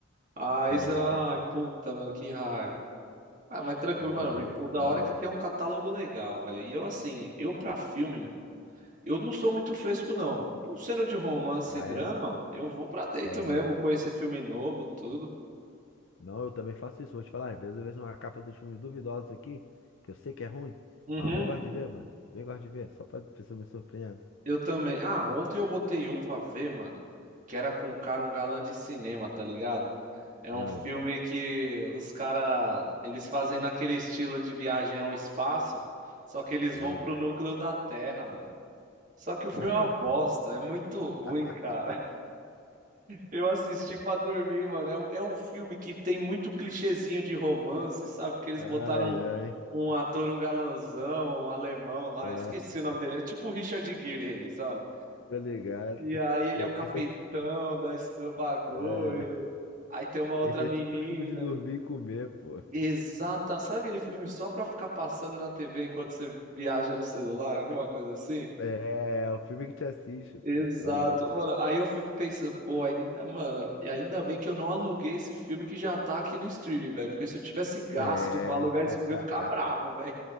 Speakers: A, on the right; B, on the left.
A: Aí
B: <laughs>
A: você, ai, puta,
B: É,
A: mano, que raiva. Ah, mas tranquilo,
B: pô,
A: mano.
B: né?
A: O da
B: Fala.
A: hora é que tem um catálogo legal, velho. E eu, assim, eu pra filme, mano, eu não sou muito fresco, não. Não sendo de romance
B: Ah,
A: e drama,
B: é.
A: eu vou pra dentro
B: É.
A: mesmo, conhecer filme novo, tudo.
B: Não, eu também faço isso. Vou te falar, às vezes eu vejo uma capa dos filmes duvidosos aqui, que eu sei que é ruim,
A: Uhum,
B: mas eu bem gosto de ver, mano. Bem gosto de ver, só pra ver se eu me surpreendo.
A: eu também. Ah, ontem eu botei um pra ver, mano, que era com um cara, um galã de cinema, tá ligado? É
B: Ah,
A: um filme que os cara, eles fazem naquele estilo de viagem ao espaço, só que eles
B: eita,
A: vão pro núcleo da Terra, mano. Só que
B: caraca.
A: o filme é uma bosta, é muito ruim,
B: <laughs>
A: cara. Eu assisti pra dormir, mano. É um, é um filme que tem muito clichêzinho de romance, sabe? Que eles
B: Ai,
A: botaram
B: ai.
A: um, um ator, um galanzão, um alemão lá,
B: Ah,
A: esqueci o nome dele. Era tipo o Richard Gere, ele, sabe?
B: tô ligado.
A: E
B: <laughs>
A: aí ele
B: Esse
A: é o capitão
B: é tipo,
A: da, do bagulho.
B: é,
A: Aí tem uma outra
B: esse é
A: menina.
B: tipo filme de dormir e comer, pô.
A: Exata. Sabe aquele filme só pra ficar passando na TV enquanto você viaja no celular? Alguma coisa assim?
B: É, o filme que te assiste, pô.
A: Exato,
B: Tá maluco?
A: mano. Aí eu fico pensando, pô, ainda, mano, ainda bem que eu não aluguei esse filme que já tá aqui no streaming, velho. Porque se eu tivesse gasto
B: É.
A: pra alugar esse
B: <laughs>
A: filme, eu ia ficar bravo, velho.